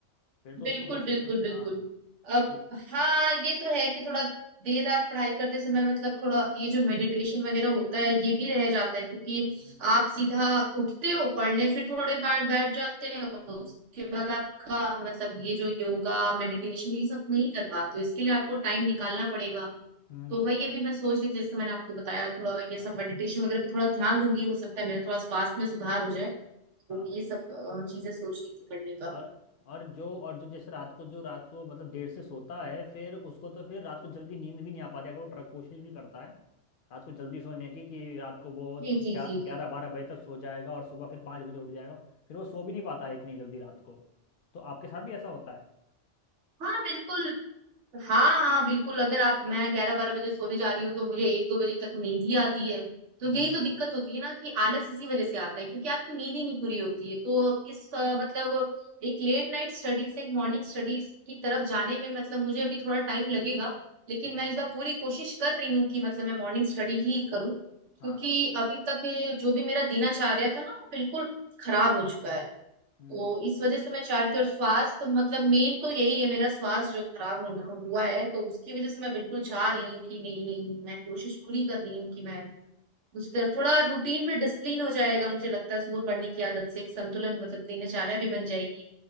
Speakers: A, on the left; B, on the right.
A: फिर तो
B: बिल्कुल
A: उसको वो सब
B: बिल्कुल
A: कुछ
B: बिल्कुल
A: हाँ
B: अब
A: हम्म
B: हाँ ये तो है कि थोड़ा देर रात पढ़ाई करते समय मतलब थोड़ा ये जो मेडिटेशन वगैरह होता है ये भी रह जाता है क्योंकि
A: हम्म
B: आप सीधा उठते हो पढ़ने फिर थोड़े बार बैठ जाते हो
A: हम्म,
B: उसके बाद आपका मतलब ये जो योगा मेडिटेशन ये सब नहीं कर पाते हो इसके लिए आपको टाइम निकालना पड़ेगा
A: हम्म,
B: तो वही अभी मैं सोच रही थी जैसे मैंने आपको बताया थोड़ा ये
A: हाँ
B: सब मेडिटेशन वगैरह पे थोड़ा ध्यान दूंगी हो सकता है मेरा थोड़ा स्वास्थ्य में सुधार हो जाए तो
A: हाँ।
B: ये सब अ, चीजें सोच रही थी करने का
A: और और जो और जो जैसे रात को जो रात को मतलब देर से सोता है फिर उसको तो फिर रात को जल्दी नींद भी नहीं आ पाती अगर वो ट्रक कोशिश भी करता है रात को जल्दी सोने की कि रात को वो
B: जी जी
A: ग्यारह
B: जी जी।
A: बारह बजे तक सो जाएगा और सुबह फिर पाँच बजे उठ जाएगा फिर वो सो भी नहीं पाता है इतनी जल्दी रात को तो आपके साथ भी ऐसा होता है
B: हाँ बिल्कुल हाँ हाँ बिल्कुल अगर आप मैं ग्यारह बारह बजे सोने जा रही हूँ तो मुझे एक दो बजे तक नींद ही आती है तो
A: हम्म
B: यही तो दिक्कत होती है ना कि आलस इसी वजह से आता है क्योंकि आपकी नींद ही नहीं पूरी होती है तो इस अ, मतलब एक लेट नाइट स्टडी से एक मॉर्निंग स्टडीज की तरफ जाने में मतलब मुझे अभी थोड़ा टाइम लगेगा लेकिन
A: हाँ
B: मैं इस बार पूरी कोशिश कर रही हूँ कि मतलब मैं मॉर्निंग स्टडी ही करूँ
A: हाँ
B: क्योंकि अभी तक जो भी मेरा दिनचर्या था ना वो बिल्कुल खराब हो चुका है
A: हम्म
B: तो इस वजह से मैं चाहती हूँ और स्वास्थ्य मतलब मेन तो यही है मेरा स्वास्थ्य जो खराब हो- हुआ है तो उसकी वजह से मैं बिल्कुल चाह रही हूँ कि नहीं नहीं मैं कोशिश पूरी कर रही हूँ कि मैं उस तरफ थोड़ा रूटीन में डिसिप्लिन हो जाएगा मुझे लगता है सुबह पढ़ने की आदत से एक संतुलन मतलब दिनचर्या भी बन जाएगी